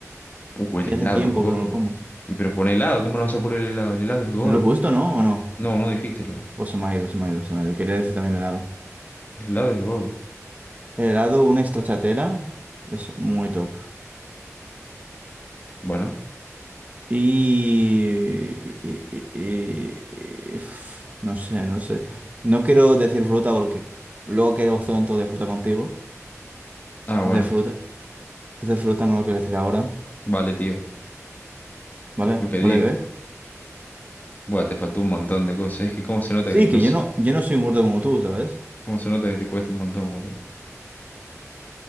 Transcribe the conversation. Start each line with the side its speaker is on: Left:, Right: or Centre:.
Left: Uh, el
Right: Y
Left: helado,
Right: hace tiempo
Left: godo.
Right: que no lo como.
Left: Y pero pon helado, ¿cómo no vas a poner el helado? El helado es godo.
Right: ¿Lo he puesto, no? ¿O no?
Left: No, no dijiste helado.
Right: Pues se me ha ido, se me ha ido, se me ha ido. Quería decir también helado.
Left: El helado es godo.
Right: El helado, una stracciatella, es muy top.
Left: Bueno,
Right: Y... y- y- y- y- uf, no sé, no sé. No quiero decir fruta porque luego quiero hacer un tour de fruta contigo.
Left: ah,
Right: Entonces
Left: bueno.
Right: fruta, entonces fruta no lo quiero decir ahora.
Left: Vale, tío.
Right: ¿Vale?
Left: Lo que
Right: ¿Vale,
Left: digas.
Right: ve?
Left: Buah, te faltó un montón de cosas. Es que cómo se nota
Right: Sí,
Left: que, no
Right: que
Left: sé.
Right: yo no, yo no soy un gordo como tú, ¿sabes?
Left: Cómo se nota que te cuesta un montón, boludo.